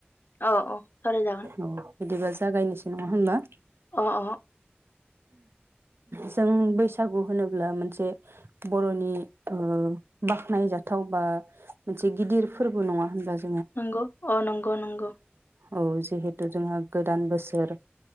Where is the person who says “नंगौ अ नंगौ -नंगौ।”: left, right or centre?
Left